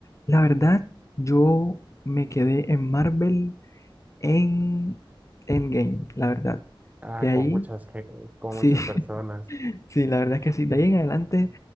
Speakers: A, on the left; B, on the right.
A: la verdad, yo me quedé en Marvel en Endgame, la verdad.
B: ah,
A: De ahí,
B: con muchas, gen- con muchas
A: sí,
B: personas
A: <laughs> sí, la verdad es que sí. De ahí en adelante